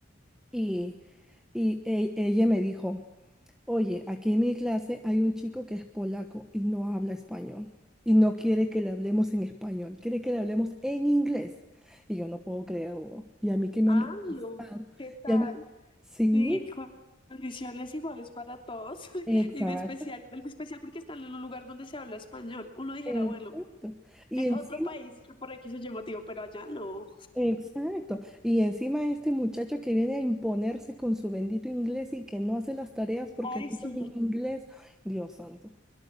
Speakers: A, in the centre; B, on the left.
A: y, y e- ella me dijo, oye, aquí en mi clase hay un chico que es polaco y no habla español y no quiere que le hablemos en español, quiere que le hablemos en inglés. Y yo no puedo creerlo. Y a mí que me
B: Ah,
A: han rechazado.
B: no. ¿Qué tal?
A: Y a mí, sí.
B: Sí, con condiciones iguales para todos. <laughs>
A: exacto
B: Y en especial, en especial porque están en un lugar donde se habla español. Uno dijera,
A: Exacto.
B: bueno,
A: Y
B: en
A: encima,
B: otro país, que por aquí se llama motivo, pero allá no.
A: exacto. Y encima este muchacho que viene a imponerse con su bendito inglés y que no hace las tareas porque
B: Ay,
A: no
B: sí.
A: sabe inglés. Dios santo.